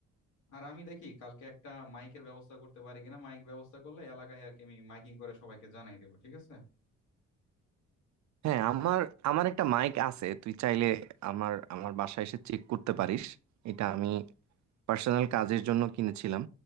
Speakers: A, on the left; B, on the right.
A: আর আমি দেখি কালকে একটা মাইকের ব্যবস্থা করতে পারি কিনা মাইক ব্যবস্থা করলে এলাকায় আর কি আমি মাইকিং করে সবাইকে জানাই দেবো ঠিক আছে
B: হ্যাঁ আমার আমার একটা মাইক আছে তুই চাইলে আমার আমার বাসায় এসে চেক করতে পারিস এটা আমি পার্সোনাল কাজের জন্য কিনেছিলাম